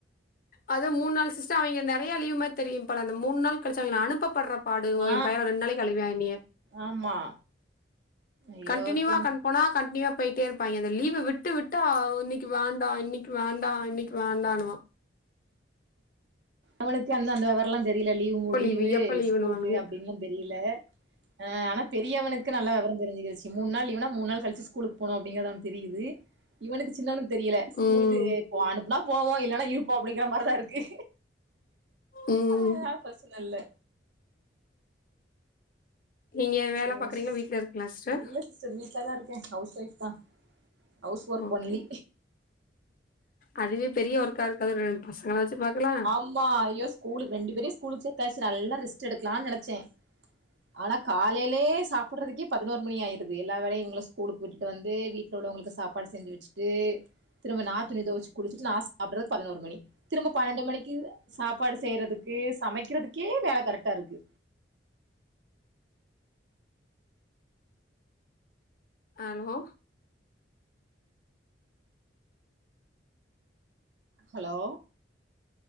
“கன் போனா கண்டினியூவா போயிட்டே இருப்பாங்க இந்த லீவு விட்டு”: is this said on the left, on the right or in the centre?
Left